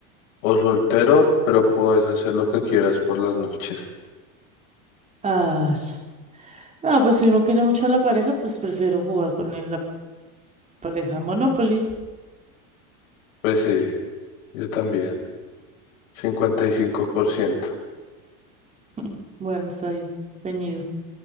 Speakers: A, on the left (about 70°); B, on the right (about 15°).
A: O soltero, pero puedes hacer lo que quieras por las noches.
B: Ah, no, pues si uno quiere mucho a la pareja, pues prefiero jugar con el- la pareja Monopoly.
A: Pues sí, yo también. cincuenta y cinco por ciento
B: <laughs> Bueno, está ahí, peñido.